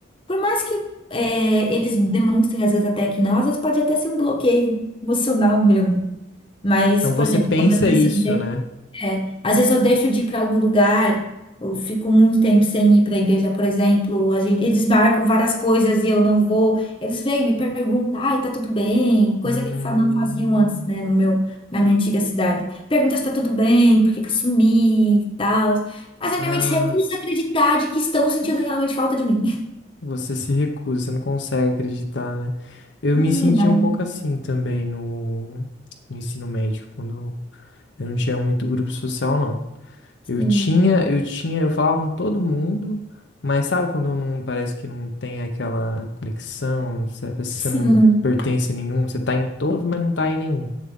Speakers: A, on the left (about 25°); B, on the left (about 70°).
A: Por mais que é, eles demonstrem, às vezes, até que não, às vezes pode até ser um bloqueio emocional meu. Mas,
B: Então
A: por
B: você
A: exemplo,
B: pensa
A: quando às vezes
B: isso,
A: eu
B: né?
A: é, às vezes eu deixo de ir para algum lugar, eu fico muito tempo sem ir para a igreja, por exemplo. A gente, eles marcam várias coisas e eu não vou. Eles vêm me perguntam, ai, tá tudo bem? Coisa
B: Hum,
A: que fa- não faziam antes, né, no meu, na minha antiga cidade. Pergunta se tá tudo bem, por que que eu sumi e tal. Mas a
B: ah,
A: minha mente se recusa a acreditar de que estão sentindo realmente falta de mim. <laughs>
B: você se recusa, não consegue acreditar, né? Eu
A: Hum,
B: me senti
A: Não,
B: um pouco assim também no, no ensino médio, quando eu não tinha muito grupo social, não.
A: sim,
B: Eu tinha, eu tinha, eu falava com todo mundo, mas sabe quando não parece que não tem aquela conexão, você parece que
A: sim.
B: você não pertence a nenhum, você tá em todos, mas não tá em nenhum.